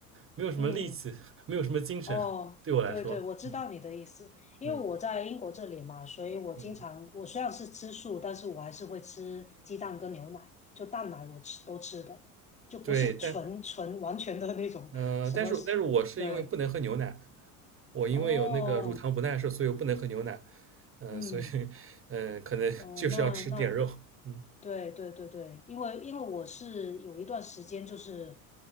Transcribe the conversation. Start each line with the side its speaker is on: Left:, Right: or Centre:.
Right: 没有什么力气，
Left: 嗯。
Right: 没有什么精神，
Left: 哦，
Right: 对我来说，
Left: 对对，我知道你的意思，
Right: 嗯
Left: 因为我在英国这里嘛，
Right: 嗯
Left: 所以我经常，
Right: 嗯，
Left: 我虽然是吃素，但是我还是会吃鸡蛋跟牛奶，就蛋奶我吃都吃的，就不是纯纯完全的那种什么，
Right: 对，但。嗯、呃但是但是我是因为不能喝牛奶，
Left: 对，
Right: 我因为有那个乳糖不耐受，
Left: 哦，
Right: 所以我不能喝牛奶。嗯、
Left: 嗯，
Right: 呃所以嗯、呃可能
Left: 哦，
Right: <laughs> 就是要吃点肉。
Left: 那那
Right: 嗯
Left: 对对对对，因为因为我是有一段时间，就是